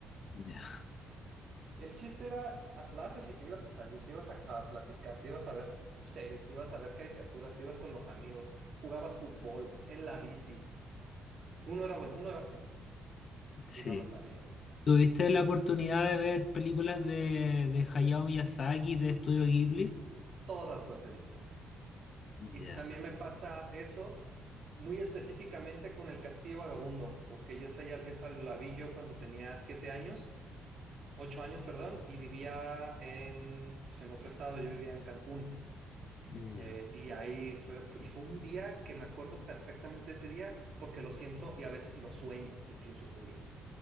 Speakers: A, on the left; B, on the right.
A: ya,
B: El chiste era, ah, la haces y te ibas a salir, te ibas a, a platicar, te ibas a ver series, te ibas a ver caricaturas, te ibas con los amigos, jugabas fútbol, en la bici. Uno era bueno, uno era feliz
A: sí.
B: y no lo sabía.
A: ¿Tuviste la oportunidad de ver películas de, de Hayao Miyazaki, de Estudio Ghibli?
B: Todas las he visto.
A: Ya,
B: Y también me pasa eso muy específicamente con El Castillo Vagabundo, porque yo esa, ya- esa la vi yo cuando tenía siete años, ocho años, perdón, y vivía en, pues en otro estado, yo vivía en Cancún.
A: ya.
B: Eh, y ahí fue, fue- y fue un día que me acuerdo perfectamente ese día porque lo siento y a veces lo sueño incluso ese día.